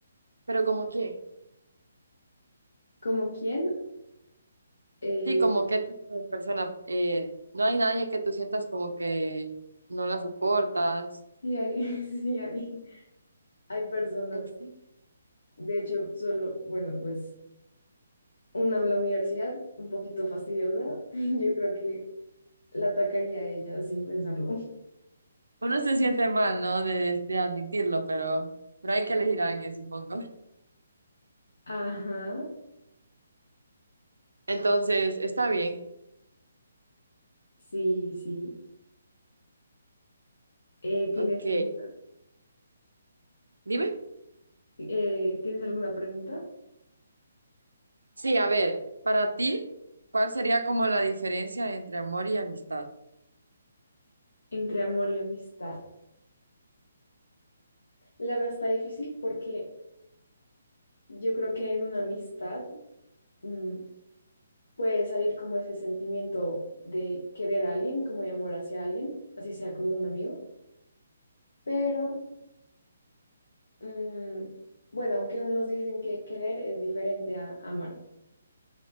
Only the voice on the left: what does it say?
¿Como quién? Eh,
sí hay, <laughs> sí hay, hay personas.
De hecho, solo, bueno, pues una en la universidad, un poquito fastidiosa. <laughs> Yo creo que la atacaría a ella sin pensarlo.
Ajá.
Sí, sí. Eh, ¿tienes
alguna,
eh, ¿tienes alguna pregunta?
Entre amor y amistad. La verdad está difícil porque yo creo que en una amistad mm, puede salir como ese sentimiento de querer a alguien, como de amor hacia alguien, así sea como un amigo. Pero mm, bueno, aunque unos dicen que querer es diferente a amar.